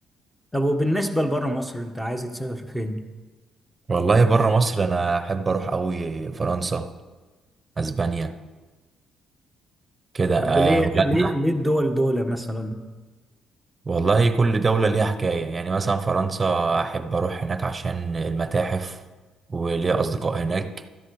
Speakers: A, in the centre; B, on the right.
A: طب وبالنسبه لبره مصر انت عايز تسافر فين؟
B: والله بره مصر انا احب اروح قوي فرنسا اسبانيا كده آه
A: طب وليه
B: هولندا
A: ليه ليه الدول دول مثلا
B: والله كل دولة ليها حكاية يعني مثلا فرنسا احب اروح هناك عشان المتاحف وليا اصدقاء هناك